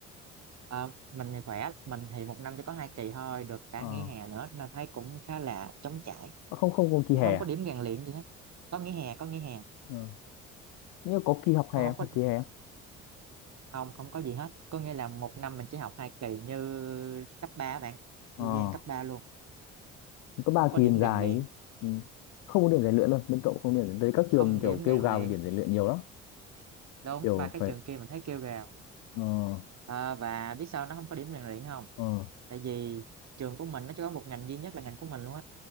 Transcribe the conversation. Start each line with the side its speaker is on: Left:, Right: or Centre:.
Right: Ờ, mình thì khỏe mình thì một năm chỉ có hai kỳ thôi được cả
Left: Ờ,
Right: nghỉ hè nữa nên thấy cũng khá là trống trải
Left: à, không không có kỳ
Right: cũng
Left: hè
Right: không
Left: à?
Right: có điểm rèn luyện gì hết có nghỉ hè có nghỉ hè
Left: Ờ, như có kỳ học
Right: cũng
Left: hè
Right: không
Left: không?
Right: có
Left: học kỳ hè không?
Right: không không có gì hết có nghĩa là một năm mình chỉ học hai kỳ như cấp 3 bạn y
Left: Ờ, ờ,
Right: gian cấp 3 luôn
Left: có ba
Right: không có
Left: kỳ
Right: điểm
Left: dài
Right: rèn luyện
Left: chứ. Ừ. Không có điểm rèn luyện luôn, bên cậu không điểm rèn luyện. Các
Right: không
Left: trường kiểu
Right: điểm
Left: kêu
Right: rèn
Left: gào
Right: luyện
Left: về điểm rèn luyện nhiều lắm.
Right: đúng
Left: Kiểu
Right: ba cái
Left: phải
Right: trường kia mình thấy kêu gào
Left: ờ
Right: à, và biết sao nó không có điểm rèn luyện không
Left: ờ
Right: tại vì trường của mình nó chỉ có một ngành duy nhất là ngành của mình luôn á